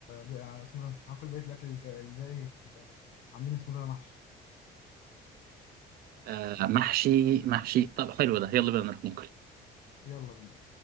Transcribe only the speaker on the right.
آه، محشي محشي طب حلو ده يلا بينا نروح ناكل